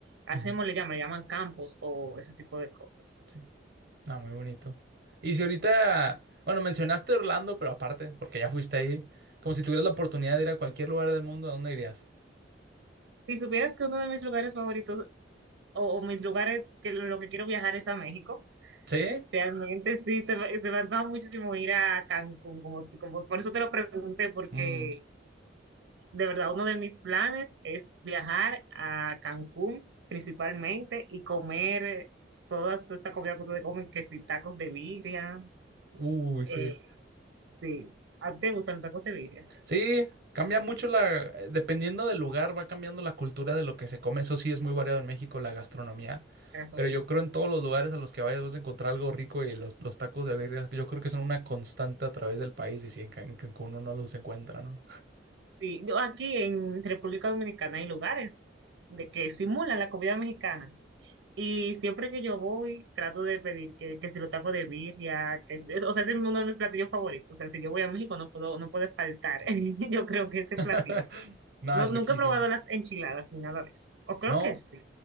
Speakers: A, on the right; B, on the right.
A: Hacemos,
B: ujú.
A: le llaman, le llaman campos o ese tipo de cosas.
B: Sí. Ah, muy bonito. Y si ahorita, bueno, mencionaste Orlando, pero aparte, porque ya fuiste ahí, como si tuvieras la oportunidad de ir a cualquier lugar del mundo, ¿a dónde irías?
A: Si supieras que uno de mis lugares favoritos o, o mis lugares que lo, lo que quiero viajar es a México,
B: ¿Sí?
A: Realmente sí, se, me- se me antoja muchísimo ir a Cancún, como, como- por eso te lo pregunté, porque
B: Mm,
A: de verdad uno de mis planes es viajar a Cancún principalmente y comer toda esa comida que ustedes comen, que si tacos de birria,
B: Uy, sí.
A: eh, sí, ¿a ti te gustan los tacos de birria?
B: Sí, cambia mucho la, eh, dependiendo del lugar, va cambiando la cultura de lo que se come. Eso sí es muy variado en México, la gastronomía.
A: La gastronomía.
B: Pero yo creo en todos los lugares a los que vayas vas a encontrar algo rico y los, los tacos de birria, yo creo que son una constante a través del país y si en, Can- en Cancún uno los encuentra, ¿no?
A: Sí, yo aquí en República Dominicana hay lugares de que simulan la comida mexicana. Y siempre que yo voy, trato de pedir que, que si los tacos de birria, que, es- o sea, ese es uno de mis platillos favoritos. O sea, si yo voy a México no puedo, no puede faltar. <laughs> Yo creo que ese
B: <laughs>
A: platillo.
B: Nada,
A: No,
B: es
A: nunca
B: riquísimo.
A: he probado las enchiladas ni nada de eso. O creo
B: No,
A: que sí.